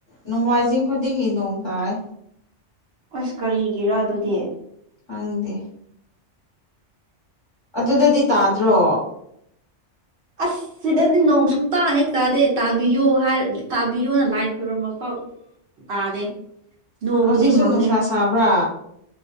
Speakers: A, on the left; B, on the right.
A: ꯅꯣꯡꯃꯥꯏꯖꯤꯡ ꯈꯨꯗꯤꯡꯒꯤ ꯅꯣꯡ ꯇꯥꯏ
B: ꯑꯁ ꯀꯔꯤꯒꯤꯔꯥ ꯑꯗꯨꯗꯤ
A: ꯈꯪꯗꯦ ꯑꯗꯨꯗꯗꯤ ꯇꯥꯗ꯭ꯔꯣ
B: ꯑꯁ ꯁꯤꯗꯗꯤ ꯅꯣꯡ ꯁꯨꯡꯇꯥ ꯍꯦꯛ ꯇꯥꯗꯦ ꯇꯥꯕꯤꯌꯣ ꯇꯥꯕꯤꯌꯣꯅ ꯂꯥꯏ ꯈꯨꯔꯨꯝꯕꯐꯥꯎ ꯇꯥꯗꯦ ꯅꯣꯡꯕꯨꯗꯤ
A: ꯍꯧꯖꯤꯛꯁꯨ
B: ꯃꯪꯉꯦ
A: ꯅꯨꯡꯁꯥ ꯁꯥꯕ꯭ꯔꯥ